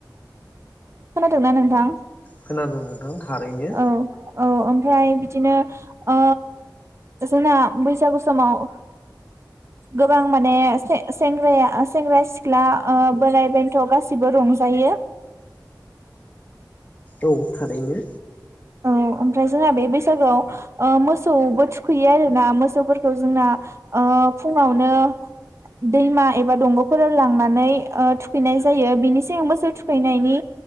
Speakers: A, on the right; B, on the left.
A: खोनादोंना नोंथां
B: खोनादों नोंथां थारैनो
A: औ औ ओमफ्राय बिदिनो ओ जोंना बैसागु समाव गोबां माने सेंग्र-सेंग्रा-सिख्ला बोराइ बेन्थ' गासिबो रंजायो
B: औ थारैनो
A: औ ओमफ्राय जोंहा बे बैसागोआव मोसौबो थुखैयो आरोना मोसौफोरखौ जोंना ओ फुङावनो दैमा एबा दंग'फोराव लांनानै ओ थुखैनाय जायो बेनि सिगां मोसौ थुखैनायनि